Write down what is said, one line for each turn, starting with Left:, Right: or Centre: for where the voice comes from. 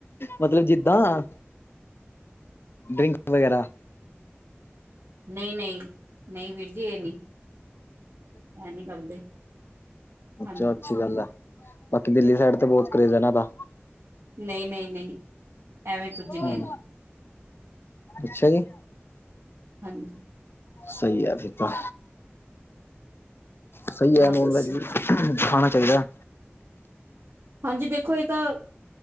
Left: ਮਤਲਬ ਜਿੱਦਾਂ, ਡਰਿੰਕ ਵਗੈਰਾ।
Right: ਨਹੀਂ-ਨਹੀਂ, ਨਹੀਂ ਵੀਰ ਜੀ ਇਹ ਨਹੀਂ। ਇਹ ਨੀ ਕਰਦੇ।
Left: ਅੱਛਾ-ਅੱਛੀ
Right: ਹਾਂਜੀ
Left: ਗੱਲ ਏ। ਬਾਕੀ ਦਿੱਲੀ ਸਾਈਡ ਤੇ ਬਹੁਤ ਕਰੇਜ਼ ਏ ਇਨ੍ਹਾਂ ਦਾ।
Right: ਨਹੀਂ-ਨਹੀਂ-ਨਹੀਂ ਐਵੇਂ ਕੁੱਝ ਨਹੀਂ
Left: ਹੂੰ
Right: ਹੈਗਾ।
Left: ਅੱਛਾ ਜੀ।
Right: ਹਾਂਜੀ।
Left: ਸਹੀ ਆ ਫਿਰ ਤਾਂ। ਸਹੀ
Right: ਹੋਰ
Left: ਆ ਨੋਨ
Right: ਦੱਸੋ
Left: ਵੈੱਜ ਵੀ ਖਾਣਾ ਚਾਹੀਦਾ।
Right: ਹਾਂਜੀ ਦੇਖੋ, ਇਹ ਤਾਂ